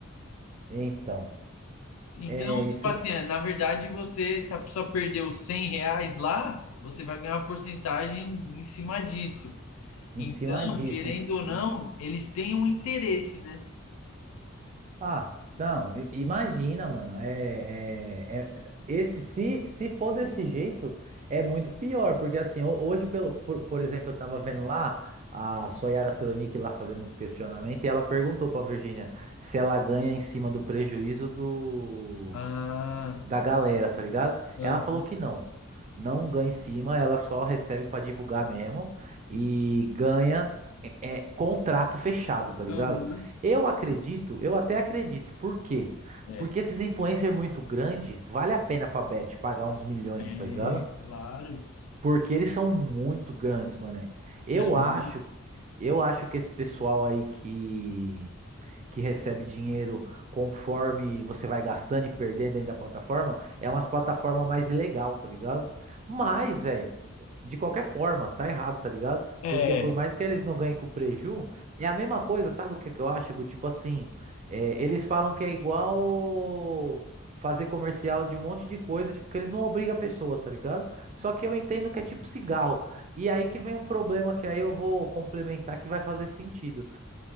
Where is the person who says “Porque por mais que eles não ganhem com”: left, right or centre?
Right